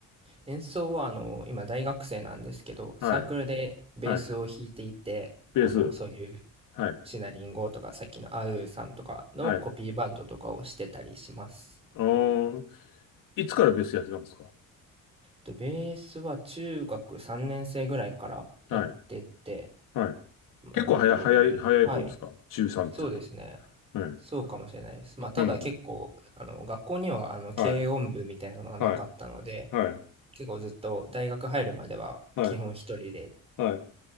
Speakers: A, on the right; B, on the left.
A: 演奏はあの、今大学生なんですけど、サークルでベースを弾いていて、
B: はい、はい、ベース、
A: あの、そういう
B: はい、
A: シナリンゴとかさっきのアウーさんとかのコピーバンドとかをしてたりします。
B: はい。あー、いつからベースやってたんですか
A: とベースは中学3年生ぐらいからやってて、
B: はい、はい。結構早い、
A: えっと、
B: 早い、早い方ですか中3っていうと。
A: はい。そうですね。
B: はい、
A: そうかもしれないです。まあ、ただ結構、
B: うん、うん。
A: あの、学校には、あの、軽音部みたいなのがなかったので、
B: はい、はい、はい、
A: 結構ずっと大学入るまでは、
B: はい、
A: 基本一人で、
B: はい。